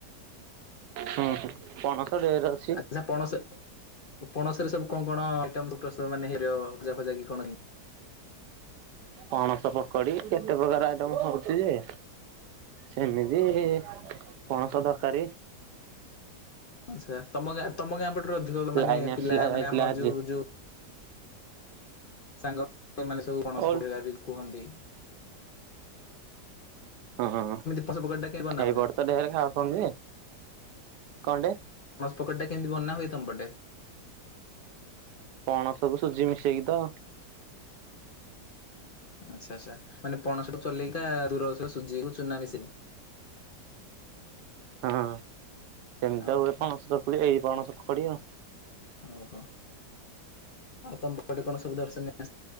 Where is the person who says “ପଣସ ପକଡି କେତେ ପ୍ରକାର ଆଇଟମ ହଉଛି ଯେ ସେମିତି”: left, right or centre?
Right